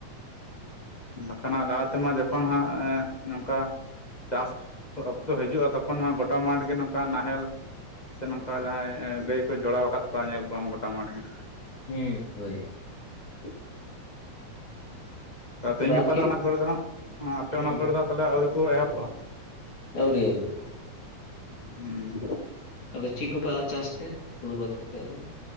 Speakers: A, on the left (about 40°); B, on the left (about 75°).
A: ᱵᱟᱠᱷᱟᱱ ᱦᱟᱜ ᱞᱟᱦᱟ ᱛᱮᱢᱟ ᱡᱚᱠᱷᱚᱱ ᱦᱟᱸᱜ ᱱᱚᱝ ᱠᱟᱼᱼ ᱪᱟᱥ ᱚᱠᱛᱚ ᱦᱤᱡᱩᱜᱼᱟ ᱛᱚᱠᱷᱚᱱ ᱢᱟ ᱜᱚᱴᱟ ᱢᱟᱴ ᱜᱮ ᱱᱚᱝᱠᱟ ᱱᱟᱦᱮᱞ ᱥᱮ ᱱᱚᱝᱠᱟ ᱡᱟᱦᱟᱸᱭ ᱜᱟᱹᱭ ᱠᱚ ᱡᱚᱲᱟᱣ ᱠᱟᱫ ᱠᱚᱣᱟ ᱧᱮᱞ ᱠᱚᱣᱟᱢ ᱜᱚᱴᱟ ᱢᱟᱴ ᱜᱮ
B: ᱦᱩᱸ ᱦᱳᱭ
A: <inaudible> ᱛᱮᱦᱤᱧ
B: ᱛᱚᱵᱮ
A: ᱜᱟᱯᱟ
B: ᱟᱨᱠᱤ
A: ᱫᱚ ᱚᱱᱟ ᱠᱚᱨᱮ ᱫᱚ ᱦᱟᱜ ᱟᱯᱮ
B: ᱦᱩᱸ
A: ᱚᱱᱟ ᱠᱚᱨᱮ ᱫᱚ ᱛᱟᱦᱞᱮ ᱟᱹᱣᱨᱤ ᱠᱚ ᱮᱦᱚᱵᱚᱜᱼᱟ?
B: ᱟᱹᱩᱨᱤ ᱟᱹᱩᱨᱤ᱾
A: ᱦᱩᱸ
B: ᱟᱫᱚ ᱪᱮᱫ ᱠᱚᱯᱮ ᱪᱟᱥᱛᱮ ᱦᱩᱲᱩ ᱵᱟᱫ ᱠᱟᱛᱮ ᱟᱫᱚᱼᱼ